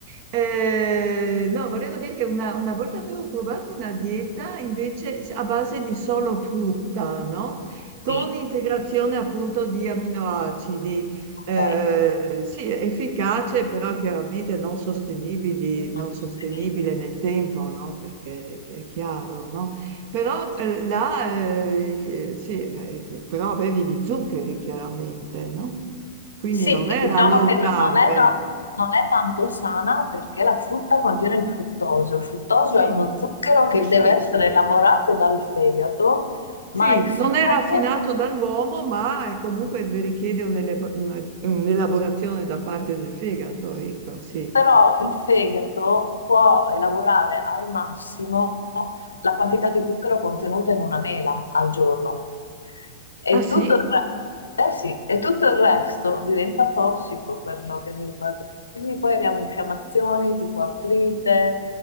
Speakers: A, on the right; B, on the left.
A: eh, no, volevo dire che una, una volta avevo provato una dieta invece a base di solo frutta, no? Con
B: sì,
A: integrazione appunto di aminoacidi,
B: ok,
A: eh, sì, efficace, però chiaramente non sostenibili, non
B: non
A: sostenibile
B: sostenibile.
A: nel tempo, no? Perché è chiaro, no? Però
B: Sì,
A: eh, là, eh, sì, eh, però avevi gli zuccheri chiaramente, no? Quindi
B: Sì,
A: non
B: e
A: era
B: diciamo
A: low
B: che
A: carb,
B: non è,
A: ecco.
B: ta- non è tanto sana perché la frutta contiene il fruttosio. Il fruttosio
A: Sì,
B: è uno zucchero
A: sì,
B: che deve
A: sì.
B: essere elaborato dal fegato, ma
A: Sì,
B: il fegato,
A: non è raffinato dall'uomo, ma eh, comunque richiede un'elab- una- un'elaborazione da parte del fegato, ecco, sì.
B: però il fegato può elaborare al massimo la quantità di zucchero contenuta in una mela al giorno. E
A: Ah sì?
B: tutto il re- eh sì, e tutto il resto diventa tossico per l'organismo. E Quindi poi abbiamo infiammazioni tipo artrite,